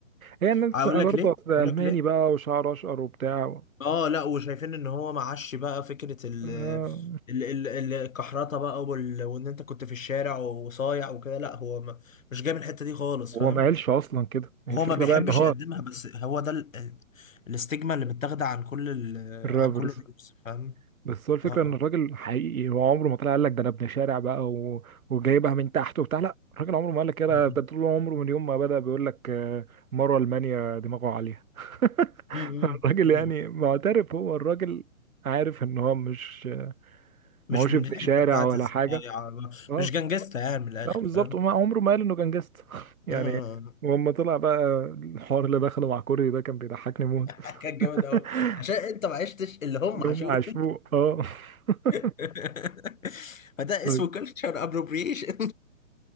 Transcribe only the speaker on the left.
اقول
لك ليه
اقول لك ليه
اه لا وشايفين ان هو معاش بقى فكره ال
ال- ال- الكحرطه بقى وال... وان انت كنت في الشارع وصايع وكده لا هو ما... مش جاي من الحته دي خالص
فاهم
هو
ما بيحبش
يقدمها بس هو ده ال... ال- الاستجمة اللي متاخده عن كل ال...
عن كل الرقص فاهم
اه اه
م-
م- م-
م-
م-
مش
من
الحته
بتاعت
الصياعه
مش جنجستا يعني من الاخر
فاهم
مم.
<laughs>
كان جامد قوي عشان انت ما عشتش اللي هم
عاشوه
<laughs> فده
اسمه كلتشر ابروبريشن